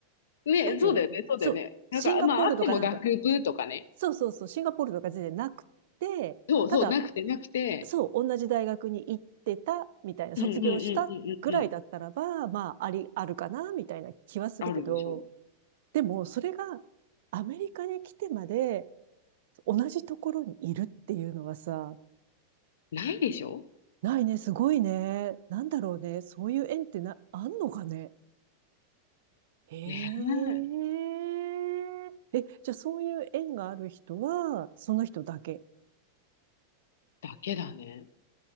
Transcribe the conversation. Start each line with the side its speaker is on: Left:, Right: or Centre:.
Left: え。ねえ、
Right: なんていうのそう。
Left: そうだよね、そうだよね。
Right: シンガポールとかなんか、
Left: なんか、まあ、あっても学部とかね。
Right: そうそうそう、シンガポールとか全然なくて、
Left: そうそう、
Right: ただ、
Left: なくて、なくて。
Right: そう、同じ大学に行ってた、みたいな、
Left: うんうんうんうんうんうん。
Right: 卒業したぐらいだったらば、まあ、あり、あるかな、みたいな気はするけど、
Left: あるでしょ
Right: でも、それが、アメリカに来てまで、同じところにいるっていうのはさ、
Left: ないでしょ
Right: ないね、すごいね。なんだろうね。そういう縁ってな、あんのかね。へえ。
Left: ねえ。
Right: え、じゃあそういう縁がある人は、その人だけ。
Left: だけだね。